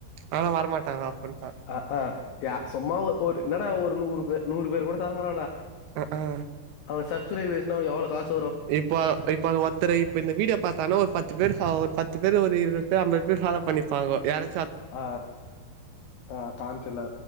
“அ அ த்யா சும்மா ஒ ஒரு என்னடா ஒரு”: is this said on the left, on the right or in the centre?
Left